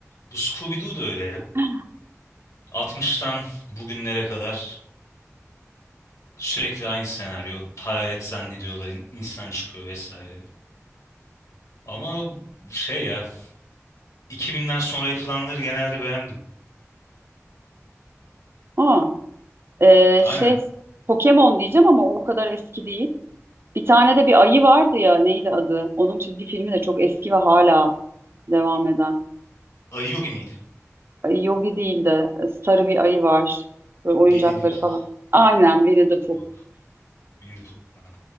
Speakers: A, on the left; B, on the right.
A: Bu Scooby-Doo da öyle ya.
B: <gasps>
A: 60'tan bugünlere kadar sürekli aynı senaryo. Hayalet zannediyorlar, in- insan çıkıyor vesaire. Ama şey ya, 2000'den sonra yapılanları genelde beğendim.
B: Aa, e,
A: Aynen.
B: şey Pokemon diyeceğim ama o kadar eski değil. Bir tane de bir ayı vardı ya neydi adı? Onun çizgi filmi de çok eski ve hala devam eden.
A: Ayı Yogi miydi?
B: Ay, Yogi değil de e, sarı bir ayı var. Böyle oyuncakları
A: Winnie the Pooh.
B: falan. Aynen Winnie the Pooh.
A: Yok. Winnie the Pooh. Aha.